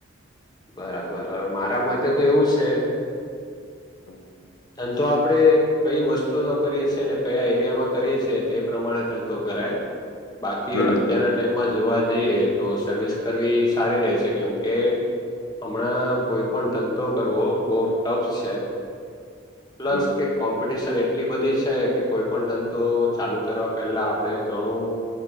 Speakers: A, on the left; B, on the left.
A: બરાબર અવે મારા મતે તો એવું છે,
B: <inaudible>
A: ધંધો આપડે કઈ વસ્તુનો કરીએ છીએ, ને કયા એરિયામાં કરીએ છેએ તે પ્રમાણે ધંધો કરાય બાકી
B: હમ
A: અત્યારના ટાઈમમાં જોવા જઈએ, તો સર્વિસ કરવી સારી રહે છે, કેમ કે હમણાં કોઈ પણ ધંધો કરવો બો ટફ છે. પ્લસ
B: હમ
A: કે કોમ્પિટશન એ એટલી બધી છે, કે કોઈ પણ ધંધો ચાલુ કરવા પહેલા આપડે ઘણું